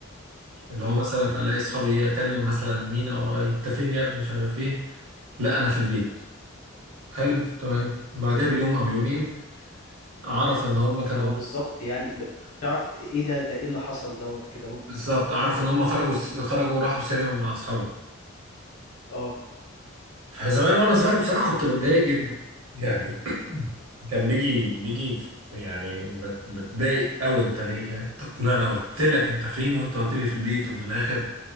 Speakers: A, on the right (about 70°); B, on the left (about 65°).
A: اللي هو
B: امم
A: مثلا الاقي اصحابي اكلم مثلا مينا وانت فين يا ابني مش عارف ايه لا انا في البيت حلو تمام بعدها بيوم او يومين اعرف ان هم كانوا
B: اه بالظبط يعني ب... تعرف ايه ده ده ايه اللي حصل دوت كده اهو
A: بالظبط اعرف ان هم خرجوا خرجوا وراحوا سينما مع اصحابهم
B: اه
A: فزمان وانا صغير بصراحه كنت بتضايق جدا يعني <clears throat> كان بيجي بيجي في- يعني بت- بتضايق قوي انت ليه يعني طب إن انا قلت لك
B: مم.
A: انت فين وانت قلت لي في البيت وفي الاخر